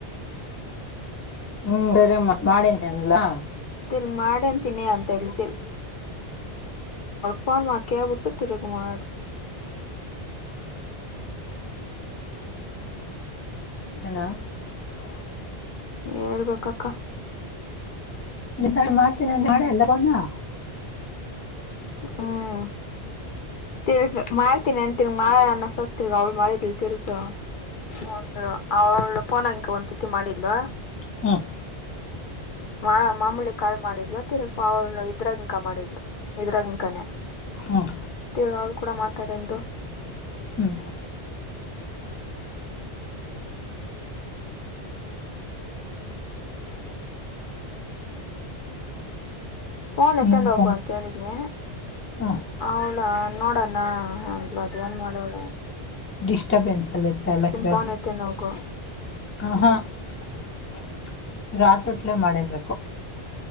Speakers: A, on the left (about 20°); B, on the left (about 60°).
A: ಹ್ಮ್ <unintelligible>
B: ತಿರ್ಗಿ ಮಾಡೇನ್ಂತೀನಿ <unintelligible> ಫೋನ್ ಮಾಡ ಕೇಳ್ಬಿಟ್ಟು ತಿರ್ಗಿ ಮಾಡು
A: <unintelligible>
B: ಹೇಳ್ಬೇಕಕ್ಕ
A: <unintelligible>
B: ಹ್ಮ್ ತಿರ್ಗ ಮಾಡ್ತೀನಿ ಅನ್ ತಿರ್ಗ ಮಾಡನ್ ಅನ್ನಸಕ್ <unintelligible> ತಿರ್ಗ ಅವ್ಳು ಮಾಡಿದ್ಲ್ ತಿರ್ಗ ಒಂದ ಅವಳ ಫೋನ್ <unintelligible> ಒಂದತಿ ಮಾಡಿದ್ಲು
A: ಹ್ಮ
B: ಮಾ ಮಾಮೂಲಿ ಕಾಲ್ ಮಾಡಿದ್ಲು ತಿರ್ಗ್ ಅವಳ್ ಇದ್ರಾಗ್ ಕ್ <unintelligible> ಮಾಡಿದ್ಲು ಇದ್ರಗಿಂಕನೇ
A: ಹ್ಮ್
B: <unintelligible> ತಿರ್ಗ್ ಅವ್ಳ ಕೂಡ ಮಾ <unintelligible>
A: ಹ್ಮ್
B: ಫೋನ್ ಎತ್ತಂದ
A: ಇನ್ನೊಂದ್
B: ಹೋಗು
A: ಸಲ.
B: ಅಂತ ಹೇಳಿದನಿ
A: ಹ್ಮ್
B: ಅವಳ ನೋಡಣ <unintelligible> ನ್ ಅಂದ್ಲು ಅದ್ ಏನ ಮಾಡುವಳೋ ಏನ <unintelligible>
A: ಡಿಸ್ಟಬೆನ್ಸ್ ಎಲ್ಲಿ ಇತ್ತ ಎಲ್ಲ ಕೇಳ
B: ಫೋನ್ ಎತ್ತಿಂದ ಹೋಗು
A: ಹ ಹಾ <unintelligible> ರಾಥೋತ್ಲೇ ಮಾಡಿರ್ಬೇಕು.